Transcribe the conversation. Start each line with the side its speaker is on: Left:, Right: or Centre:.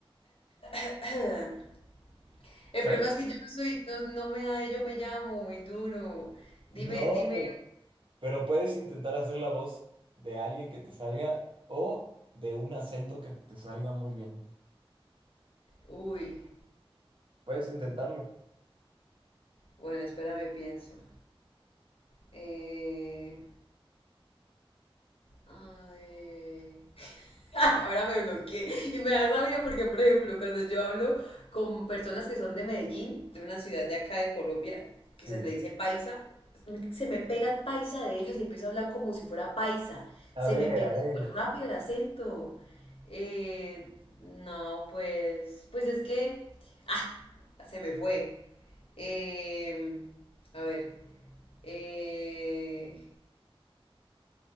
Left: <clears throat> El
Right: ¿Sabes?
Left: problema es que yo no soy, no, no me da de yo me llamo, muy duro. Dime,
Right: No,
Left: dime,
Right: pero, pero puedes intentar hacer la voz de alguien que te salga o de un acento que te salga muy bien.
Left: uy,
Right: Puedes intentarlo.
Left: bueno, espérame, pienso. Eh, Ay. <laughs> Ahora me bloqueé y me da rabia porque, por ejemplo, cuando yo hablo con personas que son de Medellín, de una ciudad de acá de Colombia,
Right: Sí.
Left: que se le dice paisa, se me pega el paisa de ellos y empiezo a hablar como si fuera paisa.
Right: A
Left: Se
Right: ver,
Left: me pega
Right: a ver.
Left: súper rápido el acento. Eh, no, pues, pues es que, ah, se me fue. Eh, a ver. Eh,